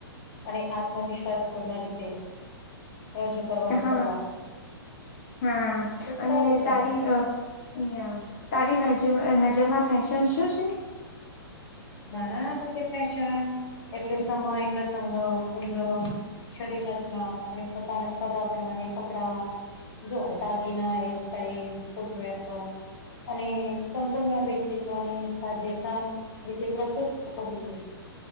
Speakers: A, on the left; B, on the left.
A: અને આત્મવિશ્વાસ પૂર્ણ રીતે રજૂ કરવાની
B: હા
A: કલા
B: હા
A: એ
B: અને
A: સારું છે
B: તારી અ યા તારી નજર નજરમાં ફેશન શું છે.
A: મારા મ ફેશન એટલે સમય પ્રસંગ ઉમરો શરીર રચના અને પોતાના સ્વભાવ પ્રમાણે કપડા જોય દાગીના હેરસ્ટાઈલ ફૂટવેર અને સંપૂર્ણ વ્યક્તિત્વને સાજેસા તે પ્રસ્તુત કરવું જોઈએ